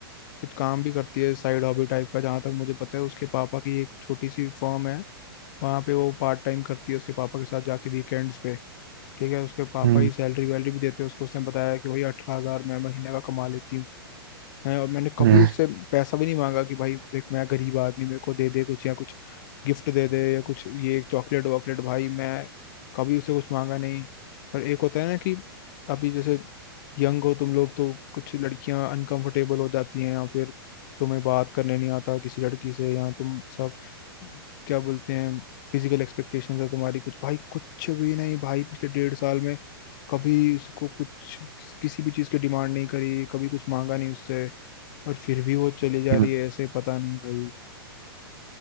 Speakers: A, on the left; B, on the right.
A: कुछ काम भी करती है साइड हॉबी टाइप का जहाँ तक मुझे पता है उसके पापा की एक छोटी सी फर्म है वहाँ पे वो पार्ट टाइम करती है उसके पापा के साथ जाके वीकेंड्स पे ठीक है उसके पापा
B: हम्म
A: ही सैलरी वैलरी भी देते हैं उसको उसने बताया कि भाई अठारह हजार मैं महीने का कमा लेती हूँ है और मैंने कभी
B: हम्म
A: उससे पैसा भी नहीं मांगा कि भाई देख मैं गरीब आदमी मेरे को दे दे कुछ या कुछ गिफ्ट दे दे या कुछ ये चॉकलेट वॉकलेट भाई मैं कभी उससे कुछ मांगा नहीं पर एक होता है ना कि अभी जैसे यंग हो तुम लोग तो कुछ लड़कियां अनकंफर्टेबल हो जाती हैं या फिर तुम्हें बात करने नहीं आता किसी लड़की से या तुम सब क्या बोलते हैं फिजिकल एक्सपेक्टेशंस है तुम्हारी कुछ भाई कुछ भी नहीं भाई पिछले डेढ़ साल में कभी इसको कुछ किस, किसी भी चीज़ की डिमांड नहीं करी कभी कुछ मांगा नहीं उससे और फिर भी वो चली जा
B: हम्म।
A: रही है ऐसे पता नहीं भाई